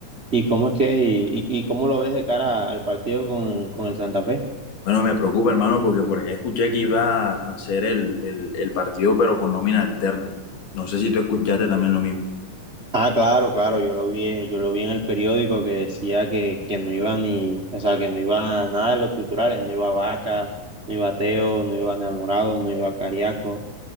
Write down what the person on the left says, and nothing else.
Bueno, me preocupa, hermano, porque por ahí escuché que iba a hacer el, el, el partido, pero con nómina alterna. No sé si tú escuchaste también lo mismo.